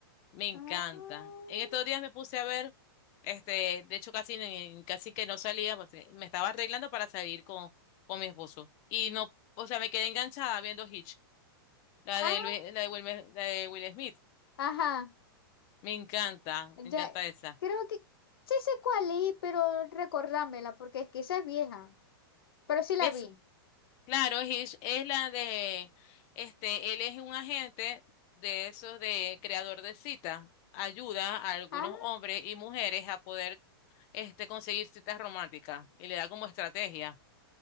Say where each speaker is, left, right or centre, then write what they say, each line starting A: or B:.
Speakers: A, on the left (about 25°); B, on the left (about 70°).
A: me encanta.
B: Ah,
A: En estos días me puse a ver, este, de hecho casi, ni- casi que no salía, porque me estaba arreglando para salir con, con mi esposo. Y no, o sea, me quedé enganchada viendo Hitch. La
B: ah,
A: de Luis, la de Will, la de Will Smith.
B: ajá.
A: Me encanta,
B: Ya,
A: me encanta esa.
B: creo que sí sé cuál es, pero recordámela, porque es que esa es vieja. Pero sí
A: Es,
B: la vi.
A: claro, es, es la de, este, él es un agente de esos de creador de cita. Ayuda a algunos
B: Ah,
A: hombres y mujeres a poder, este, conseguir citas románticas y le da como estrategia.